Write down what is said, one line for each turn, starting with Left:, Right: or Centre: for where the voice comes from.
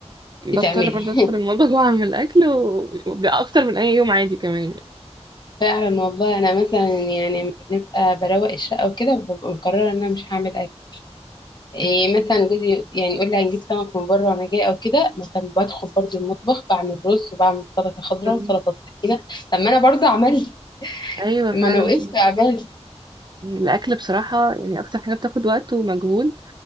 Right: بضطر
Left: بتعملي
Right: برضه أدخل
Left: <laughs>
Right: المطبخ <laughs> وأعمل أكل و... وبيبقى أكتر من أي يوم عادي كمان
Left: فعلا والله انا مثلا يعني بنبقى بروق الشقة وكده ببقى مقررة ان انا مش هعمل اكل إيه
Right: أمم.
Left: مثلا جوزي يعني يقول لي هنجيب سمك من بره وانا جاي او كده مثلا بدخل برضو المطبخ بعمل رز وبعمل سلطه خضراء
Right: بز-
Left: وسلطه طحينه طب ما انا برضو عملت
Right: ايوه فعلا
Left: ما انا وقفت عملت
Right: الاكل بصراحه يعني اكتر حاجه بتاخد وقت ومجهود